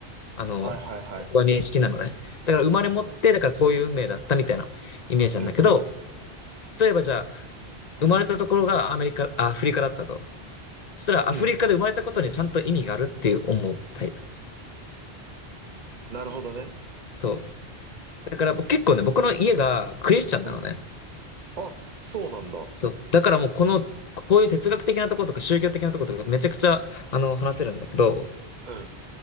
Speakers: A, on the left; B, on the right.
A: あの、
B: はいはいはいはいはい。
A: 僕は認識なのね。だから生まれ持って、
B: はいはい。
A: だからこういう運命だったみたいなイメージなんだけど、
B: うん
A: 例えばじゃあ、生まれたところがアメリカ、あアフリカだったと。そしたらアフリカで生まれたことにちゃんと意味があるっていう思うタイプ。
B: うん。うん。なるほどね。
A: そう。だから僕結構ね、僕の家がクリスチャンなのね。
B: うん。あ、そうなんだ。
A: そう。だからもうこの、こういう哲学的なところとか宗教的なところとかめちゃくちゃ、あの、話せるんだけど、
B: うん。